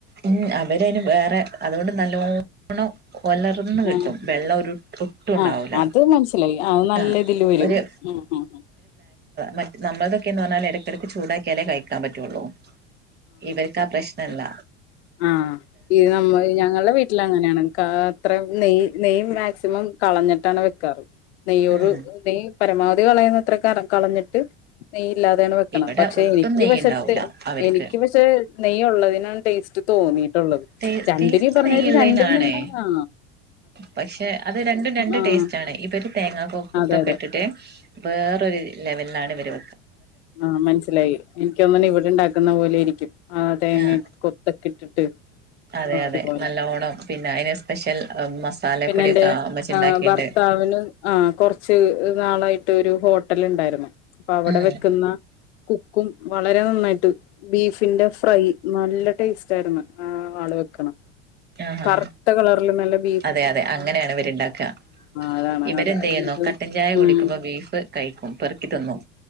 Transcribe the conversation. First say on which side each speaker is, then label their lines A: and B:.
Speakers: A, on the right; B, on the left.
A: ഉ അവര് എന് വേറെ അതുകൊണ്ട് നല്ലോണംലർന്ന് കിട്ടും
B: ആഹ്
A: വെള്ളം ഒട്ടുംണ്ടാവില്ല
B: ആഹ് അത് മനസ്സിലായി അത് നല്ല
A: ആ
B: ഇതില് വരും
A: ഒരു
B: ഉം ഉം
A: മ നമ്മള എന്ന് പറഞ്ഞാൽ ഇരക്കടക്ക് ചൂടാക്കിയാലെ കും കിക്കാൻ പറ്റുള്ളൂ ഇവർക്ക്പ്രശ്നല്ല
B: ആഹ ത് നമ്മ ഞങ്ങളുടെ വീട്ടിൽ അങ്ങനെയാണ് അത്ര നെയ് നെയം മാക്സിമം കളഞ്ഞിട്ടാണ് വെക്കാറ് നെയ ഒരു
A: ഉം
B: നെയ പരമാവധി കളയുന്നത്ര കളഞ്ഞിട്ട് ഇല്ലാതെയാണ് വെക്കണം
A: ഇവിടെ
B: പക്ഷെ
A: ഒട്ടും
B: എനിക്ക്
A: നെയ്യ്ണ്ടാവൂല
B: പക്ഷത്തെ
A: അവർക്ക്
B: എനിക്ക് പക്ഷെ നെയ്യ ഉള്ളതിനന് സ്റ്റ് തോന്നീട്ടുള്ളത്
A: ടേ
B: രണ്ടുനീ
A: ടേസ്റ്റ്
B: പറഞ്ഞ്
A: നെയ്യ്ള്ളേനാണേ
B: രണ്ടുന അ
A: പക്ഷെ അത് രണ്ടും രണ്ട
B: ആഹ്
A: ടേസ്റ്റ് ആണ് ഇവര് തേങ്ങത്തൊക്കെ
B: അതെ അതെ
A: ഇട്ടിട്ട് വേറരു ലെവലിലാണ് ഇരു
B: ആഹ മനസ്സിലായി എനിക്കൊന്നിന ഇവിടെ ഇണ്ടാക്കുന്ന പോലെയിരിക്കും ആ തേങ്ങ
A: ആഹ്
B: കൊത്തൊക്കെ ഇട്ടിട്ട്
A: അതെ
B: അതുപോലെ
A: അതെ നല്ലോണം പിന്നെ അയിന് സ്പെഷ്യൽ മസാലപ്പൊടിയൊക്കെ
B: പിന്നെ എന്റെ
A: അമ്മച്ചി ഇണ്ടാക്കിണ്ട്
B: ആ ഭർത്താവിന് ആ കുറച്ച് നാളായിട്ട് ഒരു ഹോട്ടല ഉണ്ടായിരുന്നു അപ്പൊ അവിടെ
A: ഉം
B: വെക്കുന്ന കുക്കും വളരെ നന്നായിട്ട് ബീഫിന്റെ ഫ്രൈ നല്ല ടേസ്റ്റ് ആയിരുന്നു ആ ആൾ വെക്കണം
A: ആഹാ
B: കറുത്ത കളറിൽ നല്ല ബ
A: അതെ അതെ അങ്ങനെയാണ് ഇവര്ണ്ടാക്കുക
B: അതാണ്
A: ഇവർന്ത്
B: അത
A: ചെയ്യുന്നു
B: ഇത്
A: കട്ടൻചായ കുടിക്കുമ്പോ
B: ഉം
A: ബീഫ് കൈക്കും പെറുക്കി തിന്നും